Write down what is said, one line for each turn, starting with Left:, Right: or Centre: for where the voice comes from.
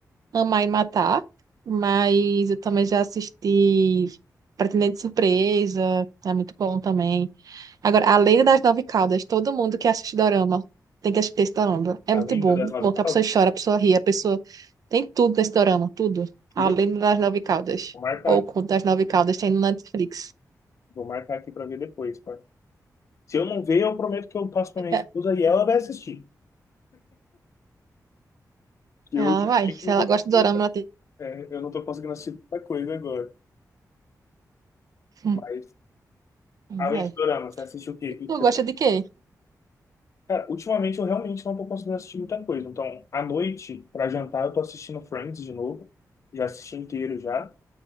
Right: amar e matar. Mas eu também já assisti Pretendente Surpresa, é muito bom também. Agora, A Lei das Nove Caudas, todo mundo que assiste Dorama tem que assistir esse Dorama. É
Left: A
Right: muito
Left: Lenda
Right: bom,
Left: das
Right: muito
Left: Nove
Right: bom que
Left: Caudas?
Right: a pessoa chora, a pessoa ri, a pessoa tem tudo nesse Dorama, tudo.
Left: Que
Right: A
Left: legal.
Right: Lei das Nove Caudas,
Left: Vou marcar,
Right: ou o Conto das Nove Caudas, tem no Netflix.
Left: vou marcar aqui pra ver depois, pá. Se eu não ver, eu prometo que eu passo pra minha
Right: É,
Left: esposa e ela vai assistir. E
Right: Ela
Left: eu ultimamente
Right: vai, se
Left: não
Right: ela
Left: tô
Right: gosta
Left: conseguindo.
Right: de Dorama, ela tem.
Left: É, eu não tô conseguindo assistir muita coisa agora.
Right: Hum,
Left: Mas, além
Right: Vai.
Left: de dorama, você assiste o quê?
Right: E
Left: O que
Right: tu
Left: que você
Right: gosta
Left: tem?
Right: de quê?
Left: Cara, ultimamente eu realmente não tô conseguindo assistir muita coisa. Então, à noite, pra jantar, eu tô assistindo Friends de novo. Já assisti inteiro já.